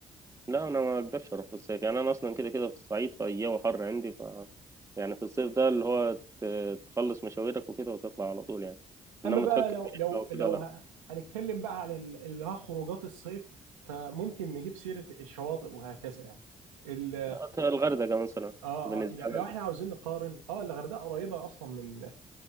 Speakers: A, on the right; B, on the right.
A: لا انا ما اقدرش اروح في الصيف يعني انا اصلا كده كده في الصعيد فالجو حر عندي ف يعني في الصيف ده اللي هو ت- تخلص مشاويرك وكده وتطلع على طول يعني انما
B: اما بقى
A: تفكر
B: لو
A: في
B: لو
A: رحله وكده
B: لو
A: لا
B: ه- هنتكلم بقى على ال- اللي هو خروجات الصيف فممكن نجيب سيره الشواطئ وهكذا يعني ال...
A: آه، الغردقه مثلا
B: اه
A: بالنسبه
B: اه لا-
A: لنا
B: لو احنا عاوزين نقارن اه الغردقه قريبه اصلا من